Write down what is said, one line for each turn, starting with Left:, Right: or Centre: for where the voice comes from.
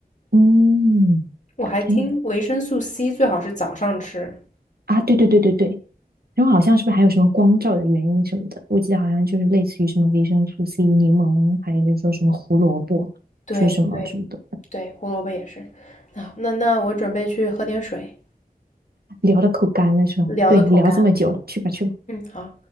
Right: 嗯，
Left: 我还听维生素
Right: 天呐，
Left: C 最好是早上吃。
Right: 啊，对对对对对，然后好像是不是还有什么光照的原因什么的？我记得好像就是类似于什么维生素 C、柠檬，还有就是说什么胡萝卜，
Left: 对对
Right: 说什么什么的，
Left: 对，胡萝卜也是。啊，那那我准备去喝点水，
Right: 聊的口干了是吧？
Left: 聊的口干了
Right: 对，聊这么久了，去吧去吧。
Left: 嗯，好。